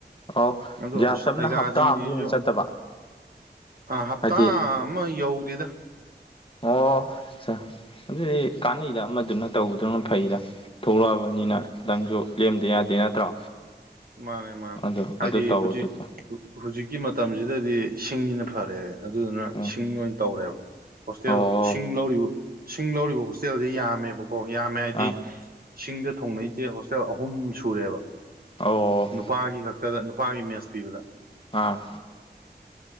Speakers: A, on the left; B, on the right.
A: ꯑꯣ
B: ꯑ
A: ꯒ꯭ꯌꯥꯁ
B: ꯑꯁ
A: ꯑꯃꯅ
B: ꯑꯩꯩꯒꯥꯁꯤꯡꯁꯤꯁꯨ
A: ꯍꯞꯇꯥ ꯑꯝꯗ ꯍꯦꯟꯅ ꯆꯠꯇꯕ
B: ꯑ ꯍꯞꯇꯥ
A: ꯍꯥꯏꯗꯤ
B: ꯑꯃ ꯌꯧꯗꯗ
A: ꯑꯣ ꯑꯗꯨꯗꯤ ꯀꯥꯟꯅꯩꯗ ꯑꯃꯗꯨꯅ ꯇꯧꯕꯗꯨꯅ ꯐꯩꯗ ꯊꯣꯛꯂꯛꯑꯕꯅꯤꯅ ꯈꯤꯇꯪꯁꯨ ꯂꯦꯝꯗ ꯌꯥꯗꯦ ꯅꯠꯇ꯭ꯔꯣ
B: ꯃꯥꯅꯦ ꯃꯥꯅꯦ
A: ꯑꯗꯣ
B: ꯍꯥꯏꯗꯤ
A: ꯑꯗꯨ ꯇꯧ
B: ꯍꯧꯖꯤꯛ
A: ꯑꯗꯨ ꯇꯧ
B: ꯍꯧꯖꯤꯛꯀꯤ ꯃꯇꯝꯁꯤꯗꯗꯤ ꯁꯤꯡꯁꯤꯅ ꯐꯔꯦ ꯑꯗꯨꯗꯨꯅ
A: ꯎꯝ
B: ꯁꯤꯡ ꯑꯣꯏꯅ ꯇꯧꯔꯦꯕ ꯍꯣꯁꯇꯦꯜ
A: ꯑꯣ
B: ꯁꯤꯡ ꯂꯧꯔꯤꯕ ꯁꯤꯡ ꯂꯧꯔꯤꯕ ꯍꯣꯁꯇꯦꯜꯁꯦ ꯌꯥꯝꯃꯦꯕꯀꯣ ꯌꯥꯝꯃꯦ ꯍꯥꯏꯗꯤ
A: ꯑꯥ
B: ꯁꯤꯡꯗ ꯊꯣꯡꯅꯩꯁꯦ ꯍꯣꯁꯇꯦꯜ ꯑꯍꯨꯝ ꯁꯨꯔꯦꯕ
A: ꯑꯣ
B: ꯅꯨꯄꯥꯒꯤ ꯈꯛꯇꯗ ꯅꯨꯄꯥꯒꯤ ꯃꯦꯖ ꯄꯤꯕꯗ
A: ꯍꯥꯥ